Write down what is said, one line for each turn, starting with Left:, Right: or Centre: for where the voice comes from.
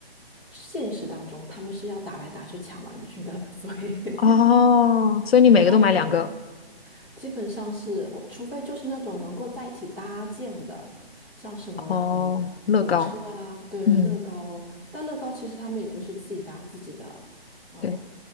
Centre: 现实当中他们是要打来打去抢玩具的，所以
Left: <laughs> 哦，
Centre: <laughs>
Left: 所以你每个都买两个
Centre: 嗯，基本上是我，除非就是那种能够在一起搭建的，像什么呃火车啊，
Left: 哦，乐高，
Centre: 对，
Left: 嗯。
Centre: 乐高，但乐高其实他们也就是自己搭自己的，哦、
Left: 对。